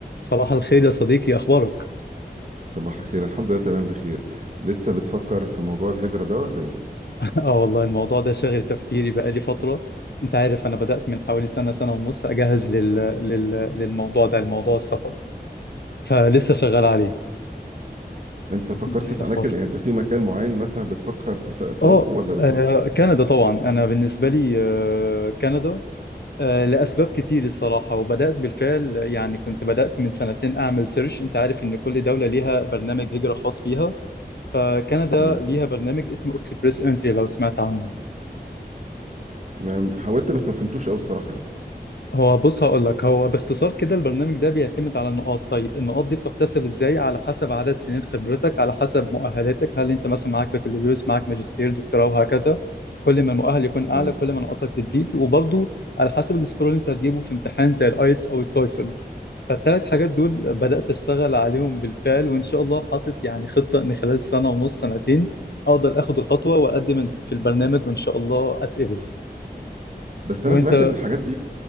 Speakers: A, on the left; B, on the right.
A: صباح الخير يا صديقي اخبارك
B: صباح الخير الحمد لله تمام بخير لسه بتفكر في موضوع الهجرة ده ولا ايه
A: <laughs> اه والله الموضوع ده شاغل تفكيري بقالي فتره انت عارف انا بدات من حوالي سنه سنه ونص اجهز لل... لل... للموضوع ده الموضوع السفر فلسه شغال عليه
B: انت فكرت
A: انت ايه الاخبار
B: في اماكن يعني انت في مكان معين مثلا بتفكر تس... تروحه
A: اه
B: ولا بتفكر
A: آه،
B: في
A: كندا
B: ايه
A: طبعا انا بالنسبه لي آه، كندا آه، لاسباب كتير الصراحه وبدات بالفعل يعني كنت بدات من سنتين اعمل سيرش انت عارف ان كل دوله ليها برنامج هجره خاص بيها فكندا
B: تمام
A: ليها برنامج اسمه اكسبريس انتري لو سمعت عنه
B: ما- حاولت بس ما فهمتوش قوي الصراحة يعني
A: هو بص هقول لك هو باختصار كده البرنامج ده بيعتمد على نقاط طيب النقاط دي بتحتسب ازاي على حسب عدد سنين خبرتك على حسب مؤهلاتك هل انت مثلا معاك بكالوريوس معاك ماجستير دكتوراه وهكذا كل ما المؤهل يكون اعلى
B: تمام
A: كل ما نقاطك بتزيد وبرضو على حسب السكور اللي انت هتجيبه في امتحان زي الايتس او التويفل فالثلاث حاجات دول بدأت اشتغل عليهم بالفعل وان شاء الله حاطط يعني خطة ان خلال سنة ونص سنتين اقدر اخد الخطوة واقدم في البرنامج وان شاء الله اتقبل
B: بس
A: وانت
B: انا سمعت ان الحاجات دي